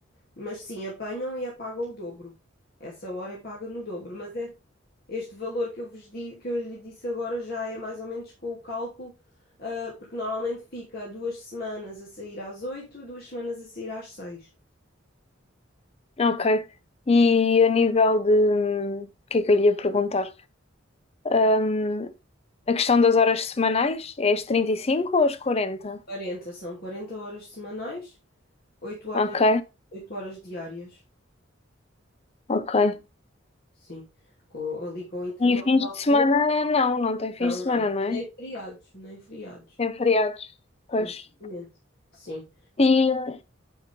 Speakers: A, on the left (about 50°); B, on the left (about 30°).
A: mas sim, apanham e apagam o dobro. Essa hora é paga no dobro, mas é, Este valor que eu vos di, que eu lhe disse agora já é mais ou menos com o cálculo, ah, porque normalmente fica duas semanas a sair às oito e duas semanas a sair às seis
B: Ok. E a nível de. hum, O que é que eu lhe ia perguntar? Hum, A questão das horas semanais é as 35 ou as 40?
A: quarenta são 40 horas semanais, 8 horas,
B: Ok,
A: 8 horas diárias,
B: ok.
A: sim. Com, ali com o intervalo
B: E fins
A: de almoço.
B: de semana não, não tem fins
A: Não,
B: de
A: não.
B: semana, não é?
A: Nem feriados, nem feriados.
B: Tem feriados. Pois.
A: Exatamente. Sim.
B: E